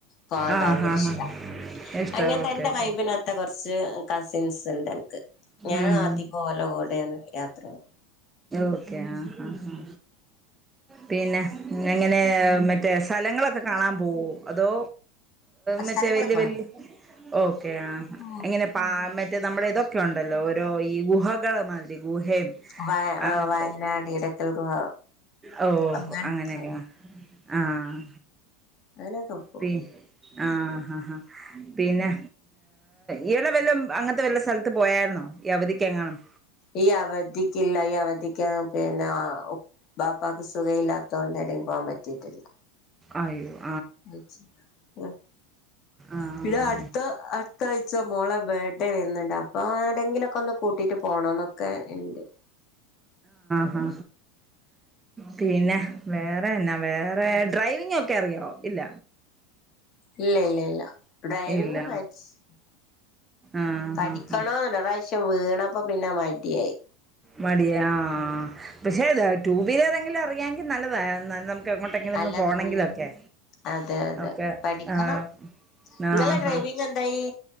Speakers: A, on the left (about 45°); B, on the right (about 20°).
A: പോവാൻ
B: ആഹ്
A: ഭയങ്കര
B: ഹാ
A: ഇഷ്ടാ
B: ഹാ ഇഷ്ട
A: അങ്ങനെ
B: ഓക്കെ
A: തന്റെ
B: ഓക്കെ
A: വൈബിനത്തെ കൊറച്ച് സൻസ് ഉണ്ട്നിക്ക് ഞാൻ
B: ഉം
A: അധികം ഓലെ കൂടെ ടേണ് യാത്ര പത്ര
B: ഓക്കെ ആ ആ ഹ പിന്നെ അങ്ങനെ മറ്റേ സ്ഥലങ്ങളൊക്കെ കാണാൻ പോവോ അതോ മറ്റേ
A: സ്ഥലങ്ങളൊക്കെ
B: വലിയ വല് ഓക്കെ ആ
A: ഉള്ളത്
B: എങ്ങനെ പ മറ്റേ നമ്മളതൊക്കെ ഒക്കെ ഉണ്ടല്ലോ ഓരോ ഈ ഗുഹകളെ മാതിരി ഗുഹയും
A: വ
B: അങ്ങനത്തെ
A: വയനാട് എൽക്കൽ ഗുഹ
B: ഓ
A: അങ്ങനത്തെ
B: അങ്ങനെയൊക്കെ ആഹ്
A: അങ്ങനൊക്കെ പോവും
B: പി ആഹ ആ ആാ പിന്നെ ഇഈടെ വല്ല അങ്ങനത്തെ വല്ല സ്ഥലത്ത് പോയായിന്നോ ഈ അവധിക്ക എങ്ങാനും
A: ഈ അവധിക്കില്ല ഈ അവധിക്ക പിന്നെ ബാപ്പാക്ക് സുഖയില്ലാത്ത കൊണ്ട ഇട പോകാൻ പറ്റിയിട്ടില്ല.
B: അയോ..
A: <unintelligible>
B: ആഹ്
A: പിടെെ അടുത്ത മത്തഴച്ച മോളെ ബേർത്ത്ഡേ വരുന്നുണ്ട് അപ്പോഏ ടെങ്കിലൊക്കെ ഒ കൂട്ടിട്ട് പോണംന്നൊക്കെ ഇണ്ട്.
B: ആ ഹാ പിന്നെ വേറെ അന്നാ വേറെ ഡ്രൈവിങ് ഒക്കെ അറിയോ? ഇല്ല
A: ഇല്ല ഇല്ല ഇല്ല ഡ്രൈവിംഗ്
B: ഇല്ല
A: <unintelligible>
B: ആഹ്
A: ക്ക്
B: ഹാ ഹാ
A: വീണപ്പ പിന്നെ മടിയായി
B: മടിയാ ആഹ് പഷേ അത ടു വീലറെങ്കിലും അറിയാങ്കി നല്ലതാ നമ്മു ക്കെങ്ങോട്ടെങ്കിലും
A: അല്ലത്
B: ഒന്നും പോണങ്കിലൊക്കെ
A: ഉം അതെ അതെ
B: ഓക്കെ
A: പഠിക്കണം
B: ആ ആ
A: ഇങ്ങളെ ഡ്രൈവിങ് എന്തായി